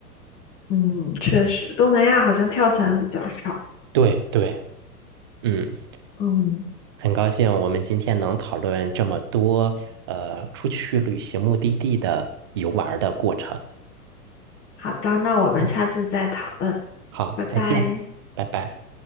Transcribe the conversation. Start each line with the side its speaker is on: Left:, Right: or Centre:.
Left: 嗯，确实，东南亚好像跳伞比较少。
Right: 对对，嗯，
Left: 嗯，
Right: 很高兴我们今天能讨论这么多，呃，出去旅行目的地的游玩儿的过程。
Left: 好的，那我们下次再讨论，
Right: 嗯，好，
Left: 拜拜。
Right: 再见，拜拜。